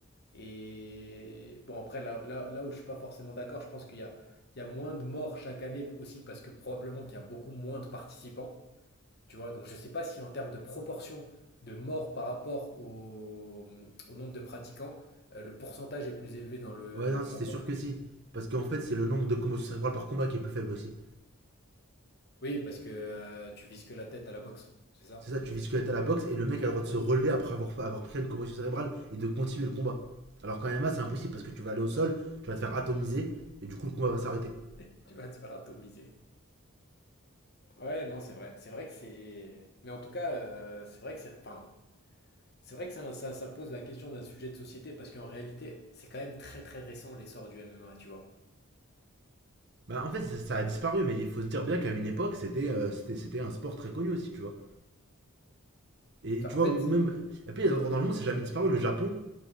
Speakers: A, on the left; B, on the right.
A: et bon, après, là, là, là où je suis pas forcément d'accord, je pense qu'il y a, il y a moins de morts chaque année aussi parce que probablement qu'il y a beaucoup moins de participants. Tu vois, donc je sais pas si en termes de proportion de morts par rapport au, au nombre de pratiquants, euh, le pourcentage est plus élevé dans le,
B: Ouais, non,
A: dans
B: si,
A: la
B: c'est
A: boxe.
B: sûr que si. Parce qu'en fait, c'est le nombre de commotions cérébrales par combat qui est plus faible aussi.
A: Oui, parce que euh, tu vises que la tête à la boxe, c'est ça?
B: C'est ça, tu vises que la à la boxe et le mec a le droit de se relever après avoir, avoir pris une commotion cérébrale et de continuer le combat. Alors qu'en MMA, c'est impossible parce que tu vas aller au sol, tu vas te faire atomiser et du coup, le combat va s'arrêter.
A: <laughs> Tu vas te faire atomiser. Ouais, non, c'est vrai. C'est vrai que c'est. Mais en tout cas, euh, c'est vrai que c'est. Enfin, C'est vrai que c'est un- ça, ça pose la question d'un sujet de société parce qu'en réalité, c'est quand même très très récent l'essor du MMA, tu vois.
B: Bah, en fait, ça, ça a disparu, mais il faut se dire bien qu'à une époque, c'était euh, c'était c'était un sport très connu aussi, tu vois. Et
A: Ça,
B: tu
A: En
B: vois,
A: fait,
B: ou même. Et puis, les endroits dans le monde, c'est jamais disparu. Le Japon,